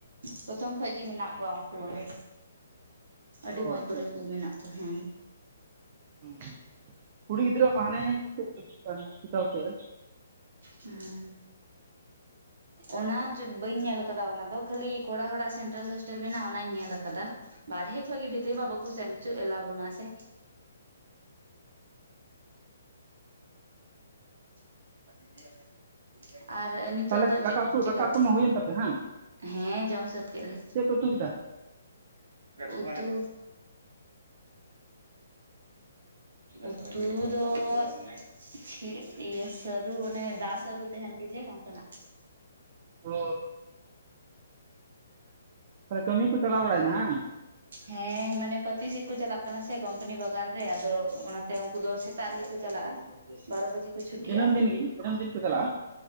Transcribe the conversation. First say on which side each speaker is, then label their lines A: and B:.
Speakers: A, on the right; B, on the right.
A: ᱯᱨᱚᱛᱷᱚᱢ ᱠᱷᱚᱡ ᱜᱮᱤ ᱢᱮᱱᱟᱜ ᱠᱚᱣᱟ ᱩᱱᱠᱩ ᱚᱸᱰᱮ ᱟᱹᱰᱤ
B: ᱚ
A: ᱢᱚᱸᱡᱽ
B: ᱟᱪᱪᱷᱟ
A: ᱵᱚᱞᱮ
B: ᱟᱪᱪᱷᱟ
A: ᱠᱚ ᱢᱮᱱᱟᱜ ᱠᱚᱣᱟ ᱦᱮᱸ,
B: ᱦ ᱠᱩᱲᱤ ᱜᱤᱫᱽᱨᱟ ᱢᱟ ᱦᱟᱱᱮ ᱤᱭᱟᱹ ᱥᱮ ᱨᱮ ᱡᱩᱛ ᱠᱟᱜ ᱦᱚᱥᱯᱤᱴᱟᱞ ᱥᱮ ᱨᱮ,
A: ᱦᱮᱸ᱾ ᱚᱱᱟ ᱵᱟᱹᱧ ᱧᱮᱞ ᱟᱠᱟᱫᱟ ᱚᱱᱟᱫᱚ ᱠᱷᱟᱞᱤ ᱠᱚᱲᱟ ᱦᱚᱲᱟᱜ ᱥᱮᱱᱴᱨᱟᱞ ᱦᱚᱳᱥᱴᱮᱞ ᱢᱮᱱᱟᱜᱼᱟ ᱚᱱᱟᱧ ᱧᱮᱞ ᱟᱠᱟᱫᱟ᱾ ᱵᱟᱨᱦᱮ ᱠᱷᱡ ᱜᱮᱤ ᱵᱷᱤᱛᱨᱤ ᱢᱟ ᱵᱩᱠ ᱥᱮᱱ ᱪᱚᱹᱟ ᱮᱞᱟᱣ ᱵᱚᱱᱩ ᱥᱮ᱾ <unintelligible> ᱟᱨ ᱱᱤᱛᱚᱜ
B: ᱛᱟᱦᱚᱞᱮ
A: ᱫᱚ ᱪᱮᱫ
B: ᱫᱟᱠᱟ
A: ᱠᱚ
B: ᱩᱛᱩ
A: ᱪᱮᱠᱟᱯ
B: ᱫᱟᱠᱟ ᱩᱛᱩ ᱢᱟ ᱦᱩᱭᱮᱱ ᱛᱟᱯᱮ ᱵᱟᱝ
A: ᱦᱮᱸ ᱡᱚᱢ ᱥᱟᱹᱛ ᱠᱮᱫ ᱞᱮ,
B: ᱪᱮᱫ ᱯᱮ ᱩᱛᱩ ᱠᱮᱫᱟ
A: ᱩᱛᱩ ᱩᱛᱩ ᱫᱚ ᱢᱤᱫ ᱤᱭᱟᱹ᱾ ᱨᱩ ᱚᱱᱮ ᱫᱟ ᱥᱨᱩ ᱛᱟᱦᱮᱱ ᱜᱮ ᱡᱮ ᱚᱱᱠᱟᱱᱟᱜ᱾
B: ᱚ ᱛᱟᱦᱚᱞᱮ ᱠᱟᱹᱢᱤ ᱠᱚ ᱪᱟᱞᱟᱣ ᱵᱟᱲᱟᱭᱱᱟ ᱦᱟᱝ᱾
A: ᱦᱮᱸ ᱢᱟᱱᱮ ᱯᱟᱛᱤ ᱥᱮᱫ ᱠᱚ ᱪᱟᱞᱟᱜ ᱠᱟᱱᱟ ᱥᱮ ᱠᱚᱢᱯᱟᱱᱤ ᱵᱟᱜᱟᱱ ᱨᱮ ᱟᱫᱚ ᱚᱱᱟᱛᱮ ᱩᱱᱠᱩ ᱫᱚ ᱥᱮᱛᱟᱜ ᱨᱮᱜᱮ ᱠᱚ ᱪᱟᱞᱟᱜᱼᱟ᱾ ᱵᱟᱨᱚ ᱵᱟᱡᱮ ᱠᱚ ᱪᱷᱩᱴᱤᱜᱼᱟ
B: ᱫᱤᱱᱟᱹᱢ ᱫᱤᱱ ᱜᱮ ᱫᱤᱱᱟᱹᱢ ᱫᱤᱱ ᱠᱚ ᱪᱟᱞᱟᱜᱼᱟ